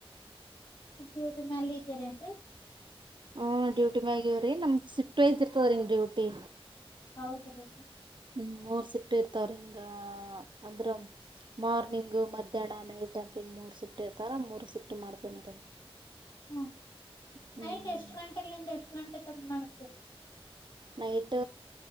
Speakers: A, on the left; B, on the right.
A: ್ಯಟ ಮಲ್ಲಿ ಇದ್ದೀರೇನ್್ರರಿ
B: ಹ ಡ್ಯೂಟಿ ಮಗವ್ರೀ ನಮ್ದ್ ಶಿಫ್ಟ ವಸ್ ಇರ್ದರಿಿ ಡ್ಯೂಟಿ
A: ಹೌದ್ರೀ
B: ಹ್ಮ ಮೂರ್ ಶಿಫ್ಟ್ ಇರ್ತವ್ರ ಹಿಂಗ ಅಂದ್ರ ಮಾರ್ನಿಂಗ್ ಮಧ್ಯಾಹ್ನ ನೈಟ್ ಅಂತ ಮೂರ್ ಶಿಫ್ಟ್ ಇರ್ತಾರ ಮೂರ್ ಶಿಫ್ಟ್ ಮಾಡ್ತೇನರಿ
A: ಹ್ಮ್
B: ಹ್ಮ್
A: ನೈಟ್ ಎಷ್ಟು ಗಂಟೆಲಿಂದ ಎಷ್ಟು ಗಂಟೆ ತಗ ಮಾಡತೀರಿ
B: ನೈಟ